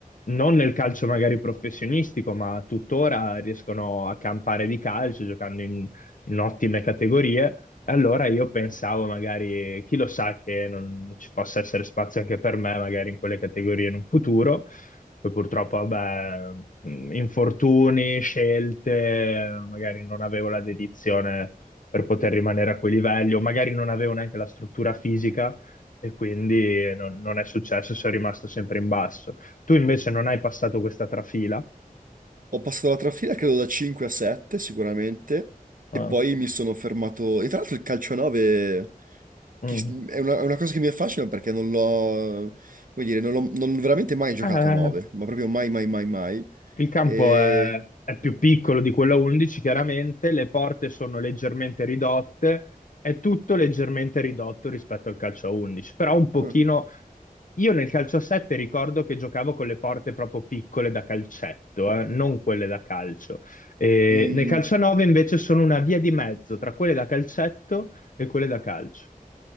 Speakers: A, on the left; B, on the right.
A: non nel calcio magari professionistico, ma tuttora riescono a campare di calcio giocando in, in ottime categorie. E Allora io pensavo magari, chi lo sa che non ci possa essere spazio anche per me, magari in quelle categorie in un futuro. Poi purtroppo, vabbè, mh, infortuni, scelte, magari non avevo la dedizione per poter rimanere a quei livelli, o magari non avevo neanche la struttura fisica e quindi non non è successo, sono rimasto sempre in basso. Tu invece non hai passato questa trafila.
B: Ho passato la trafila credo da 5 a 7 sicuramente
A: Ah,
B: e poi mi sono fermato, e tra l'altro il calcio a 9
A: mm.
B: Che s- È una, è una cosa che mi affascina perché non l'ho, come dire, non l'ho non l'ho veramente mai giocato
A: Eh,
B: a 9, ma proprio mai, mai, mai, mai.
A: il campo
B: E...
A: è, è più piccolo di quello a 11, chiaramente, le porte sono leggermente ridotte, è tutto leggermente ridotto rispetto al calcio a 11, però un pochino...
B: eh,
A: Io nel calcio a 7 ricordo che giocavo con le porte proprio piccole da calcetto, eh, non quelle da calcio. E
B: mm,
A: nel calcio a 9 invece sono una via di mezzo tra quelle da calcetto e quelle da calcio.